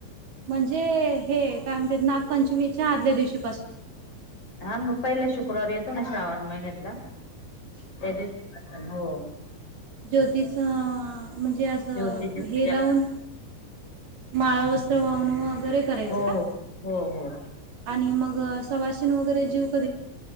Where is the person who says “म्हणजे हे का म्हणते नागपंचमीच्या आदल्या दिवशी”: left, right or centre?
Right